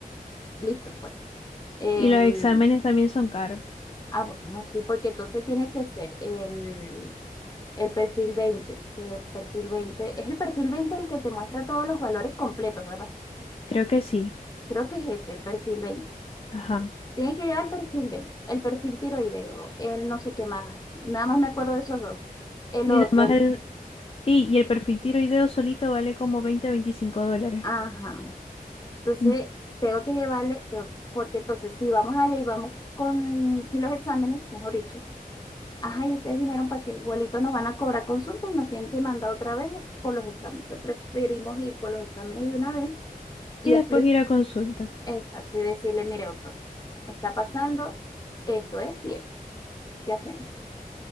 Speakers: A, on the left (about 25°); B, on the left (about 40°).
A: listos, pues. El,
B: Y los exámenes también son caros.
A: ah, bueno, sí, porque entonces tiene que ser el, el perfil 20, que el perfil 20 es el perfil veinte el que te muestra todos los valores completos, ¿verdad?
B: Creo que sí.
A: Creo que es ese, el perfil 20.
B: Ajá.
A: Tiene que llevar el perfil 20, el perfil tiroideo, el no sé qué más, nada más me acuerdo de esos dos. El
B: Y
A: otro,
B: nada más
A: el,
B: el, y, y el perfil tiroideo solito vale como veinte a 25 dólares.
A: ajá, Entonces,
B: Mm.
A: tengo que llevarle, tengo- porque entonces, si vamos allá y vamos con, si los exámenes, mejor dicho, ajá, y ustedes vinieron para que igualito nos van a cobrar consultas y nos tienen que mandar otra vez por los exámenes. Entonces, preferimos ir por los exámenes de una vez y
B: Y después
A: explicar,
B: ir a consulta.
A: exacto, y decirle, mire, doctor, está pasando esto, es y esto, ¿qué hacemos?